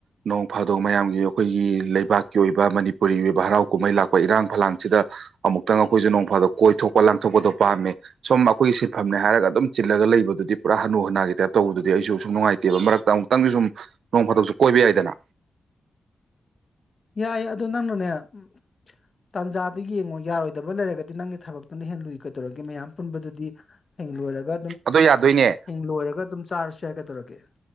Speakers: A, on the right; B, on the left.
A: ꯅꯣꯡ ꯐꯥꯗꯣꯡ ꯃꯌꯥꯝꯒꯤ ꯑꯩꯈꯣꯏꯒꯤ ꯂꯩꯕꯥꯛꯀꯤ ꯑꯣꯏꯕ ꯃꯅꯤꯄꯨꯔꯤ ꯑꯣꯏꯕ ꯍꯔꯥꯎ ꯀꯨꯝꯍꯩ ꯂꯥꯛꯄ ꯏꯔꯥꯡ ꯐꯂꯥꯡꯁꯤꯗ ꯑꯃꯨꯛꯇꯪ ꯑꯩꯈꯣꯏꯁꯨ ꯅꯣꯡꯐꯥꯗꯣꯛ ꯀꯣꯏꯊꯣꯛꯄ ꯂꯥꯡꯊꯣꯛꯄꯗꯣ ꯄꯥꯝꯃꯦ ꯁꯣꯨꯝ ꯑꯩꯈꯣꯏꯒꯤ ꯁꯤꯟꯐꯝꯅꯦ ꯍꯥꯏꯔꯒ ꯑꯗꯨꯝ ꯆꯤꯜꯂꯒ ꯂꯩꯕꯗꯨꯗꯤ ꯄꯨꯔꯥ ꯍꯥꯅꯨ ꯍꯅꯥꯒꯤ ꯇꯥꯏꯞ ꯇꯧꯕꯗꯨꯗꯤ ꯑꯩꯁꯨ ꯁꯨꯝ ꯅꯨꯡꯉꯥꯏꯇꯦ ꯅꯠꯇꯦꯕ ꯃꯔꯛꯇ ꯑꯃꯨꯛꯇꯪꯗꯤ ꯁꯨꯝ ꯅꯣꯡ ꯐꯥꯗꯣꯛꯁꯨ ꯀꯣꯏꯕ ꯌꯥꯏꯗꯅ
B: ꯌꯥꯏ ꯑꯗꯨ ꯅꯪꯅꯅꯦ ꯎꯝ ꯇꯥꯟꯖꯥꯗꯨꯣ ꯌꯦꯡꯉꯣ ꯌꯥꯔꯣꯏꯗꯕ ꯂꯩꯔꯒꯗꯤ ꯅꯪꯒꯤ ꯊꯕꯛꯇꯨꯅ ꯍꯦ ꯂꯨꯏ ꯀꯩꯗꯧꯔꯒꯦ ꯃꯌꯥꯝ ꯄꯨꯟꯕꯗꯨꯗꯤ ꯍꯦꯂꯣꯏꯔꯒ
A: ꯑꯗꯣ ꯌꯥꯗꯣꯏꯅꯦ
B: ꯍꯡ ꯂꯣꯏꯔꯒ ꯑꯗꯨꯝ ꯆꯥꯔꯁꯨ ꯌꯥꯏ ꯀꯩꯗꯧꯔꯒꯦ